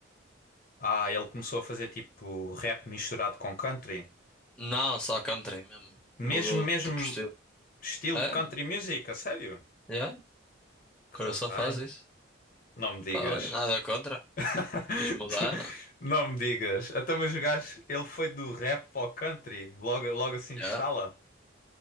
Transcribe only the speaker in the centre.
Não, só country mesmo. Mudou
de
tipo de estilo.
É,
yeah.
Agora
só faz isso.
Pá, olha, nada contra.
Quis mudar.
Yeah.